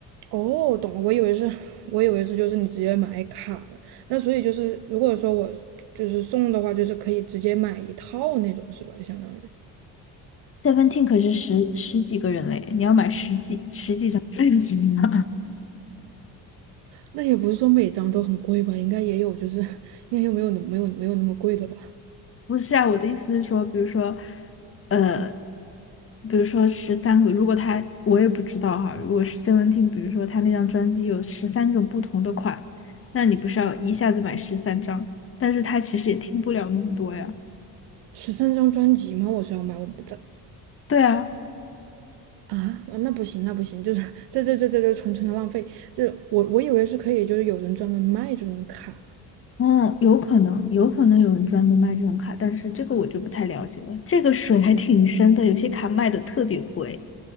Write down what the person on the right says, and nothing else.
哦，懂了，我以为是，我以为是就是你直接买卡呢。那所以就是，如果说我就是送的话，就是可以直接买一套那种是吧？就相当于，
那也不是说每张都很贵吧，应该也有就是，<laughs> 应该又没有那没有没有那么贵的吧。
十三张专辑吗？我是要买，我不知道
啊，那不行，那不行，就是这这这这这纯纯的浪费。这我我以为是可以，就是有人专门卖这种卡。